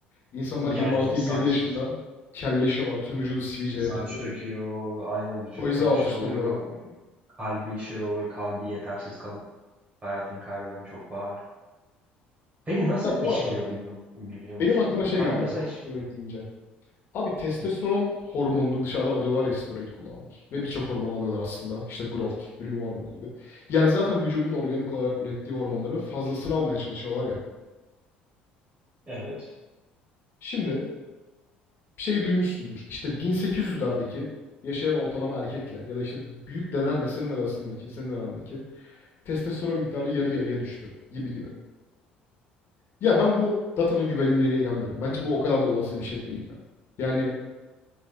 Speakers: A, on the left; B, on the right.
A: İnsanlar
B: Ya
A: 26-27
B: evet saç
A: yaşında kelleşiyorlar. Tüm vücudu sivilceye
B: saç
A: doluyor.
B: döküyor, aynen vücutları
A: O alt
B: şey
A: üst
B: oluyor,
A: oluyor.
B: kalbi şey oluyor, kalbi yetersiz kalıp hayatını kaybeden çok var. Peki nasıl
A: Ya bu
B: işliyor
A: arada
B: biliyor, biliyor
A: benim
B: musun?
A: aklıma şey
B: Ben
A: geldi
B: mesela hiç...
A: steroid deyince. Abi testosteron
B: Hı,
A: hormonunu dışarıdan alıyorlar ya steroid kullananlar. Ve birçok hormon alıyorlar aslında. İşte growth, büyüme hormonu gibi. Yani zaten vücudun organik olarak ürettiği hormonların fazlasını almaya çalışıyorlar ya.
B: evet.
A: Şimdi şeyi duymuşsundur. İşte 1800'lerdeki yaşayan ortalama erkekle ya da işte büyük dedenle senin arasındaki, senin arandaki testosteron miktarı yarı yarıya düştü gibi gibi. Ya ben bu datanın güvenilirliğine inanmıyorum. Bence bu o kadar da olası bir şey değil ya. Yani